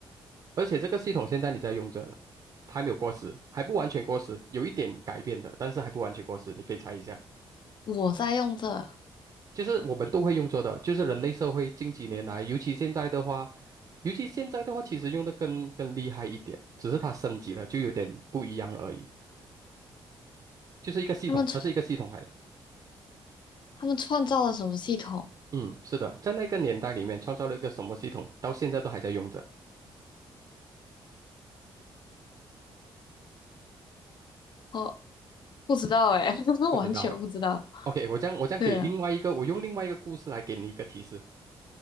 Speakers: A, on the right; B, on the left.
A: 而且这个系统现在你在用着了，它还没有过时，还不完全过时，有一点改变的，但是还不完全过时。你可以猜一下，
B: 我在用这，
A: 就是我们都会用着的，就是人类社会近几年来，尤其现在的话，尤其现在的话，其实用的更更厉害一点，只是它升级了，就有点不一样了而已。就是一个系统，
B: 他们创
A: 它是一个系统来的。
B: 他们创造了什么系统？
A: 嗯，是的，在那个年代里面创造了一个什么系统，到现在都还在用着，
B: 哦，不知道哎，<laughs>
A: 不知道哎。
B: 完全不知道。
A: OK，我这样我这样给另外一个，
B: 对啊，
A: 我用另外一个故事来给你一个提示。